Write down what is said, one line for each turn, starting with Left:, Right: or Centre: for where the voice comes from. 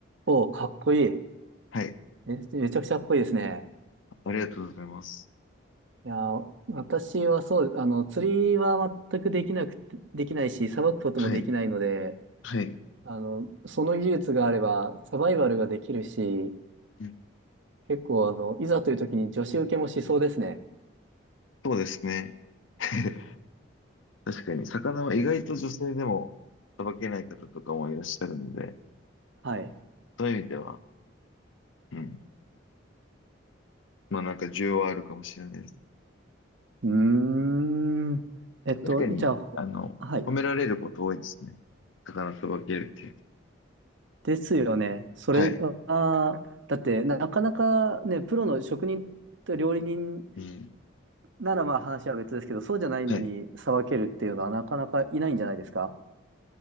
Right: おー、かっこいい。
Left: はい。
Right: え、めちゃくちゃかっこいいですね。
Left: ありがとうございます。
Right: いやー、私はそう、あの、釣りは全くできなくて、できないし、さばくこともできないので、
Left: はい。はい。
Right: あの、その技術があれば、サバイバルができるし、
Left: うん
Right: 結構、あの、いざという時に女子受けもしそうですね。
Left: そうですね。<laughs> 確かに、魚は意外と女性でもさばけない方とかもいらっしゃるので、
Right: はい。
Left: そういう意味では、うん。まあ、なんか需要はあるかもしれないです。
Right: うーん。えっと、
Left: 確かに、
Right: じゃあ、ほはい。
Left: あの、褒められること多いですね。魚さばけるっていう。
Right: ですよね。それは、
Left: はい。
Right: だってなかなかね、プロの職人と料理人
Left: うん。
Right: ならまあ話は別ですけど、そうじゃないのにさばけるっていうのはなかなかいないんじゃないですか
Left: はい。